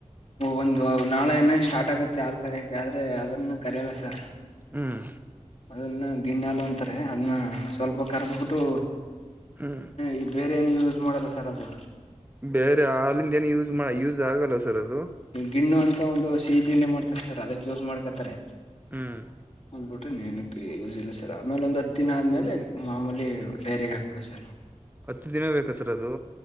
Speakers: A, on the left (about 60°); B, on the right (about 15°).
A: ಒಂದು ನಾಳೆ ಸ್ಟಾರ್ಟ್ ಆಗುತ್ತೆ ಹಾಲ್ ಕರೆಯಕ್ಕೆ ಆದ್ರೆ ಅದನ್ನು ಕರೆಯಲ್ಲ ಸರ್
B: ಹ್ಮ್
A: ಅದನ್ನು ಗಿಣ್ಣಹಾಲ್ ಅಂತಾರೆ ಅದನ್ನ ಸ್ವಲ್ಪ ಕರ್ದಬಿಟ್ಟು
B: ಹ್ಮ್
A: ಈ ಬೇರೆ ಏನು ಯೂಸ್ ಮಾಡಲ್ಲ ಸರ್ ಅದು.
B: ಬೇರೆ ಹಾಲ್ಲಿಂದಾ ಏನು ಯೂಸ್ ಮಾಡ ಯೂಸ್ ಆಗಲ್ಲ ಸರ್ ಅದು.
A: ಗಿಣ್ಣು ಅಂತ ಒಂದು ಸಿಹಿ ತಿಂಡಿ ಮಾಡ್ತಾರೆ ಸರ್ ಅದಕ್ಕೆ ಯೂಸ್ ಮಾಡ್ಕತಾರೆ
B: ಹ್ಮ್.
A: ಬಿಟ್ಟೆನ ಯೂಸ್ ಇಲ್ಲ ಸರ್ ಆಮೇಲೆ ಒಂದ್ ಹತ್ ದಿನ ಆದ್ಮೇಲೆ ಮಾಮೂಲಿ ಡೈರಿಗೆ ಹಾಕ್ಬೋದು ಸರ್.
B: ಹತ್ತು ದಿನ ಬೇಕ ಸರ್ ಅದು.